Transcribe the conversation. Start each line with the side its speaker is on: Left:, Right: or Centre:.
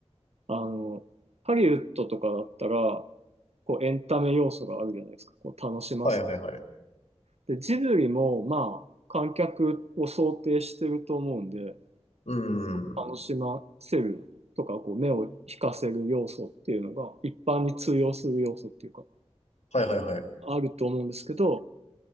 Right: あの、ハリウッドとかだったら、こうエンタメ要素があるじゃないですか。こう楽します。
Left: はいはいはい。
Right: で、ジブリもまあ観客を想定してると思うんで、
Left: うーん。
Right: 楽しませるとか、こう目を引かせる要素っていうのが一般に通用する要素っていうか、
Left: はいはいはい。
Right: あると思うんですけど、